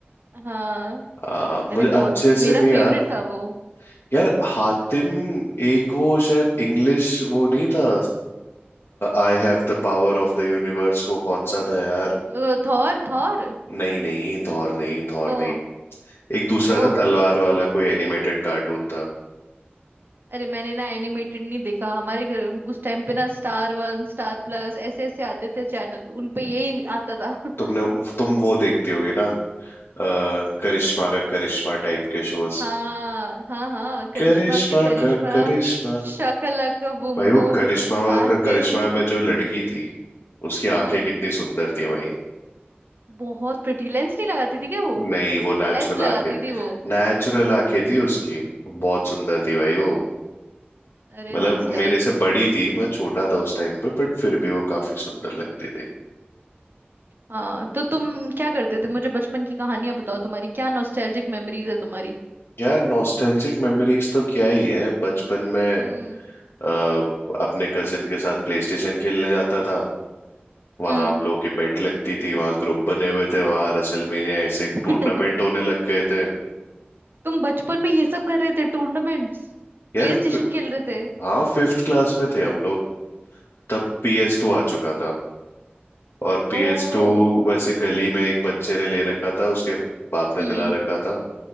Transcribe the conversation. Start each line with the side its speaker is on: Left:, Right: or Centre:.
Right: हाँ
Left: आ, मुझे
Right: अरे बहुत
Left: अच्छे से
Right: मेरा
Left: नहीं याद
Right: फेवरेट था वो
Left: यार हातिम एक वो शायद इंग्लिश वो नहीं था I have the power of the universe वो कौन सा था यार
Right: अ, थॉर थॉर
Left: नहीं नहीं थॉर नहीं थॉर
Right: तो
Left: नहीं एक दूसरा
Right: तो
Left: था तलवार वाला कोई एनिमेटेड कार्टून था
Right: अरे मैंने ना एनिमेटेड नहीं देखा हमारे घर उस टाइम पे ना स्टार वन स्टार प्लस ऐसे ऐसे आते थे चैनल उन पे यही आता था <laughs>
Left: तुमने तुम वो देखती होगी ना अ, करिश्मा का करिश्मा टाइप के शोज
Right: हाँ हाँ हाँ करिश्मा
Left: करिश्मा
Right: के करिश्मा
Left: का करिश्मा
Right: Shaka Laka boom
Left: भाई वो
Right: boom
Left: करिश्मा वा-
Right: हातिम
Left: का करिश्मा में जो लड़की थी उसकी
Right: हम्म
Left: आंखें कितनी सुंदर थी भाई
Right: बहुत प्रिटी लेंस नहीं लगाती थी क्या वो
Left: नहीं वो नेचुरल
Right: लेंस लगाती
Left: आंखें
Right: थी वो
Left: नेचुरल आंखें थी उसकी बहुत सुंदर थी भाई वो
Right: अरे
Left: मतलब
Right: नेक्स्ट लेवल
Left: मेरे से बड़ी थी मैं छोटा था उस टाइम पे बट फिर भी वो काफी सुंदर लगती थी
Right: हाँ तो तुम क्या करते थे मुझे बचपन की कहानियां बताओ तुम्हारी क्या नॉस्टैल्जिक मेमोरीज है तुम्हारी
Left: यार नॉस्टैल्जिक मेमोरीज तो क्या ही है बचपन में
Right: हम्म
Left: आ, अपने कजिन के साथ प्लेस्टेशन खेलने जाता था वहां
Right: हम्म
Left: हम लोग की बेट लगती थी वहां ग्रुप बने हुए थे वहां रसलमेनिया ऐसे
Right: <laughs>
Left: टूर्नामेंट होने लग गए थे
Right: तुम बचपन में ये सब कर रहे थे टूर्नामेंट्स प्ले
Left: यार
Right: स्टेशन खेल रहे थे
Left: हाँ फिफ्थ क्लास में थे हम लोग तब पी एस टू आ चुका था और
Right: ओ
Left: पी एस टू वैसे गली में एक बच्चे ने ले रखा था उसके बाप ने
Right: हम्म
Left: दिला रखा था